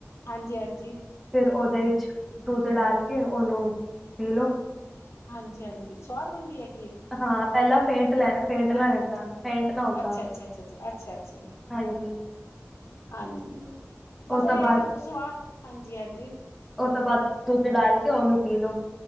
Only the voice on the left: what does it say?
ਆਂਜੀ-ਆਂਜੀ
ਹਾਂਜੀ- ਹਾਂਜੀ, ਸਵਾਦ ਬਣਦੀ ਹੈਗੀ।
ਅੱਛਾ-ਅੱਛਾ, ਅੱਛਾ-ਅੱਛਾ, ਅੱਛਾ-ਅੱਛਾ
ਹਾਂਜੀ ਉਹ ਬਸ
ਇਹ
ਕਿ ਦ ਸਵਾਰ ਹਾਂਜੀ ਹਾਂਜੀ